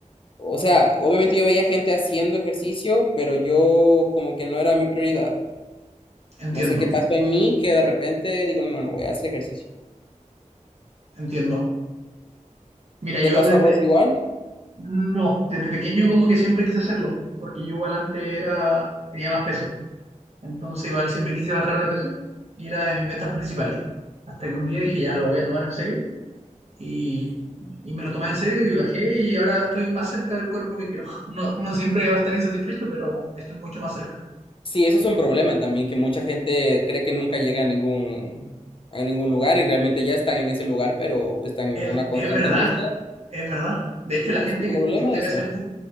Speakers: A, on the left; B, on the right.
A: o sea, obviamente yo veía gente haciendo ejercicio, pero yo como que no era mi prioridad.
B: Entiendo,
A: No sé qué pasó en mí que de repente digo, no, no voy a hacer ejercicio.
B: entiendo. Mira,
A: ¿Te
B: yo
A: pasó
B: desde,
A: a vos igual?
B: no, desde pequeño como que siempre quise hacerlo, porque yo igual antes era, tenía más peso. Entonces igual siempre quise bajar de peso y era de mis metas principales. Hasta que un día dije, ya, lo voy a tomar en serio. Y, y me lo tomé en serio y bajé y ahora estoy más cerca del cuerpo que quiero. <laughs> No- uno siempre va a estar insatisfecho, pero estoy mucho más cerca.
A: Sí, eso es un problema también, que mucha gente cree que nunca llega a ningún, a ningún lugar y realmente ya están en ese lugar, pero están en
B: Es,
A: una constante
B: es verdad,
A: búsqueda.
B: es verdad. De hecho, la gente
A: Es un problema
B: que, que no te
A: eso.
B: ve hace mucho,